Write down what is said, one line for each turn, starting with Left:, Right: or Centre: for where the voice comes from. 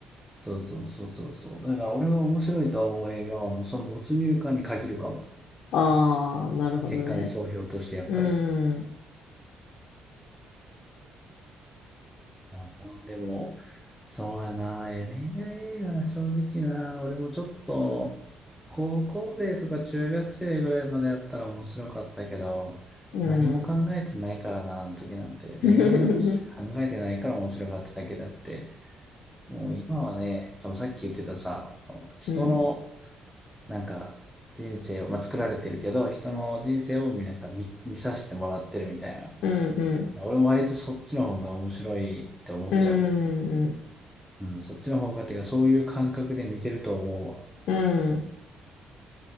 Centre: そうそうそうそうそう。だから俺が面白いと思う映画はもうその没入感に限るかも。
Left: ああ、なるほどね。
Centre: 結果ね、総評としてやっぱり。
Left: うん、
Centre: あでも、そうやな、え恋愛映画、正直な、俺もちょっと、高校生とか中学生ぐらいまでやったら面白かったけど、
Left: うん。
Centre: 何も考えてないからな、あの時なんて。恋愛のことしか考えてないから面白かっただけであって、
Left: <laughs> うん、
Centre: もう今はね、そのさっき言ってたさ、その人の
Left: うん、
Centre: なんか人生を、まあ、作られてるけど、人の人生をなんか見、見させてもらってるみたい
Left: うん、うん、
Centre: な。俺も割とそっちの方が面白いって思っちゃう。
Left: うん、
Centre: うん、そっちの方がっていうか、そういう感覚で見てると思うわ。
Left: うん。